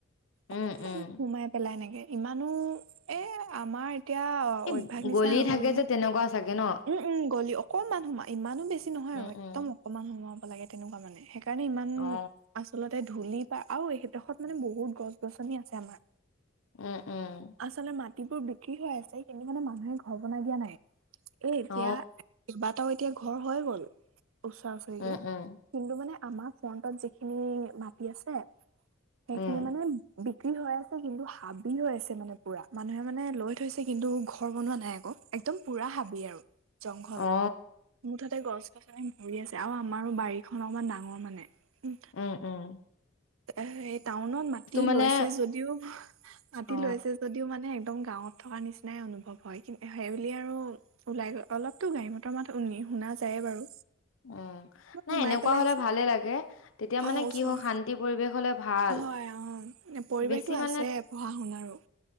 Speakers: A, on the right; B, on the left.
A: অকনমান
B: উম উম
A: সোমাই পেলাই এনেকে ইমানো এ আমাৰ এতিয়া
B: এই
A: অভ্যাস নিচিনা
B: গলি
A: হৈ
B: থাকে
A: গ'ল মানে
B: যে তেনেকুৱা চাগে ন?
A: উম, উম গ'লি, অকণমান সোমা ইমানো বেছি নহয়
B: উম
A: আৰু একদম
B: উম
A: অকণমান সোমাব লাগে তেনেকুৱা মানে। সে ইকাৰণে ইমান
B: অ
A: আচলতে ধূলি পা আৰু, এইডখৰত মানে বহুত গছ গছনি আছে আমাৰ।
B: উম উম
A: আচলতে মাটিবোৰ বিক্ৰী হৈ আছে, কিন্তু মানে মানুহে ঘৰ বনাই দিয়া নাই। এ এতিয়া
B: অ
A: কেইবাটাও এতিয়া ঘৰ হৈ গ'ল ওচৰা ওচৰিকে।
B: উম উম
A: কিন্তু মানে আমাৰ ফ্ৰন্টত যিখিনি মাটি আছে, সেইখিনি
B: উম
A: মানে বিক্ৰী হৈ আছে, কিন্তু হাবি হৈ আছে মানে পুৰা মানুহে মানে লৈ থৈছে কিন্তু ঘৰ বনোৱা নাই আকৌ। একদম পুৰা হাবি আৰু জংঘল
B: অ
A: মুঠতে গছ ভৰি আছে, আৰু আমাৰো বাৰীখন অকমান ডাঙৰ মানে। উ
B: ও' ও'।
A: এ এই টাউনত মাটি
B: মানে
A: লৈছে যদিও মাটি
B: অ
A: লৈছে যদিও মানে একদম গাঁৱত থকা নিচিনাই অনুভৱ হয়। সেইবুলি আৰু ওলাই গ অলপতো মটৰ মাত শুনা যায়ে বাৰু।
B: উম, নাই
A: সোমাই
B: এনেকুৱা
A: পেলাই
B: হ'লে
A: যে
B: ভালে লাগে, তেতিয়া
A: অ
B: মানে
A: ওচৰ
B: কি হ শান্তি পৰিৱেশ হ'লে ভাল
A: হয়। অ' পৰিৱেশটো
B: বেছি
A: আছে
B: মানে
A: পঢ়া শুনাৰো।